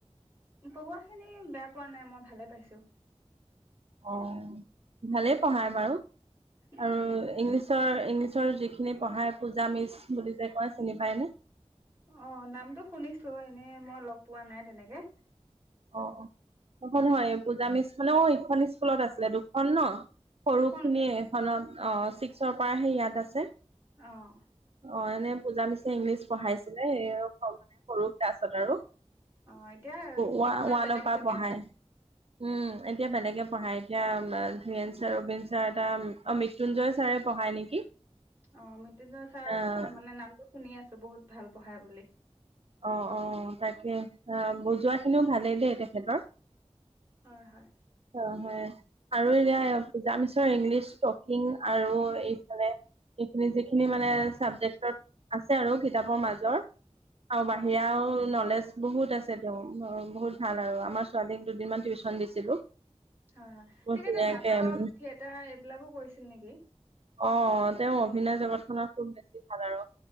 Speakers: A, on the right (about 20°); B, on the right (about 60°).
A: পঢ়োৱা খিনি বেয়া পোৱা নাই মই ভালে পাইছো
B: অ ভালেই পঢ়ায় বাৰু
A: উম
B: আৰু ইংলিছৰ ইংলিছৰ যিখিনি পঢ়াই পূজা মিচ বুলি যে কয় চিনি পায়নে
A: অ নামটো শুনিছো এনেই মই লগ পোৱা নাই তেনেকে
B: অ নহয় নহয় পূজা মিচ মানে অ এইখন স্কুলত আছিলে দুখন ন সৰু
A: দুখন
B: খিনিয়ে এখনত অ ছিক্সৰ পৰাহে ইয়াত আছে
A: অহ
B: অ এনে পূজা মিচে ইংলিছ পঢ়াইছিলে এই মানে সৰু ক্লাছত আৰু।
A: অ এতিয়া
B: ৱা
A: ছিক্সৰ
B: ওৱানৰ
A: বেলেগ
B: পৰা
A: চাগে
B: পঢ়ায়। উম, এতিয়া বেলেগে পঢ়ায় এতিয়া ধীৰেন ছাৰ, ৰবিন ছাৰ এটা অ মৃত্যুঞ্জয় ছাৰে পঢ়ায় নেকি?
A: অ মিতিদি চাহ
B: আহ
A: মানে নামটো শুনি আছো বহুত ভাল পঢ়াই বুলি।
B: অ অ তাকে, আহ বুজোৱা খিনিও ভালেই দেই তেখেতৰ।
A: হয় হয়
B: অ হয়। আৰু এতিয়া পূজা মিছৰ ইংলিছ টকিং আৰু এইফালে, এইখিনি যিখিনি মানে চাবজেক্টত আছে আৰু কিতাপৰ মাজৰ আৰু
A: হয়
B: বাহিৰাও নলেজ বহুত আছে, তেওঁ বহুত ভাল আৰু আমাৰ ছোৱালীক দুদিনমান টিউচন দিছিলো।
A: হয় হয়,
B: বহুত
A: তেখেতে
B: ধুনীয়াকে
A: নাটক,
B: উম,
A: থিয়েটাৰ এইবিলাকো কৰিছিল নেকি?
B: অ' তেওঁ অভিনয় জগতখনত খুব বেছি ভাল আৰু।